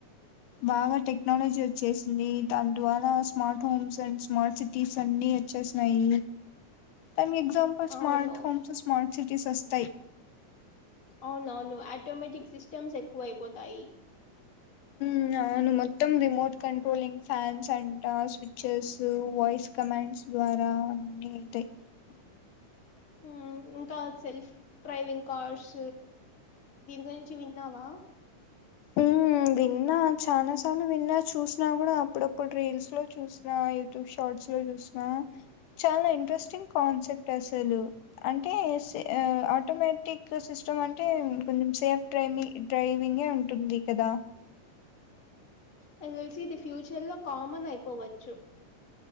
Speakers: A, on the left; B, on the left.
A: బాగా టెక్నాలజీ వచ్చేసింది దాని ద్వారా smart homes and smart cities అన్ని చేసినాయి దనీకి ఎగ్జాంపుల్ స్మార్ట్
B: అవును
A: హోమ్స్ స్మార్ట్ సిటీస్ వస్తాయి
B: అవును అవును ఆటోమేటిక్ సిస్టమ్స్ ఎక్కువ అయిపోతాయి
A: ఉమ్ అవును మొత్తం రిమోట్ కంట్రోలింగ్ ఫ్యాన్స్ అంట స్విచెస్ వాయిస్ కమాండ్స్ ద్వారా అన్ని అయితాయి
B: అ ఉమ్ ఇంకా సెల్ఫ్ డ్రైవింగ్ కార్స్ దీని గురించి విన్నావా
A: ఉమ్ విన్నా చాలా సార్లు విన్నా చూసినా కూడా అప్పుడప్పుడు రీల్స్ లో చూసినా యూట్యూబ్ షార్ట్ లో చూసిన చాలా ఇంట్రెస్టింగ్ కాన్సెప్ట్ అస్సలు అం టే సి
B: ఉమ్,
A: ఆటోమేటిక్ టిక్ సిస్టమ్ అంటే కొంచెం సేఫ్ డ్రై డ్రైవింగే ఉంటుంది కదా
B: నాకు తెలిసి ఇది ఫ్యూచర్ లో కామన్ అయిపోవచ్చు